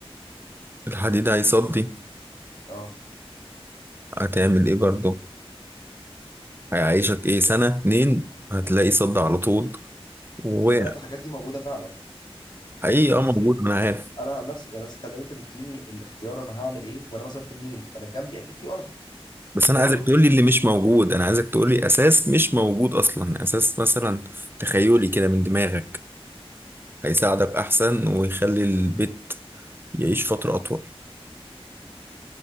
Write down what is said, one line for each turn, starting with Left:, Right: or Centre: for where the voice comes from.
Right: الحديد هيصدي
Left: اه
Right: هتعمل ايه برضو هيعيشك ايه سنة اتنين هتلاقي صد على طول وحقيقي
Left: خد بالك الحاجات دي موجوده فعلا
Right: اه
Left: بس
Right: موجود
Left: يعني
Right: ما انا عارف
Left: انا عن نفسي يعني بس انت لو انت مديني الاختيار انا هعمل ايه وانا مثلا في النيل فانا جنبي اكيد في ارض
Right: بس
Left: مش
Right: انا
Left: كده
Right: عايزك
Left: برضو
Right: تقولي اللي مش موجود انا عايزك تقولي اساس مش موجود اصلا اساس مثلا تخيلي كده من دماغك هيساعدك احسن ويخلي البيت يعيش فترة اطول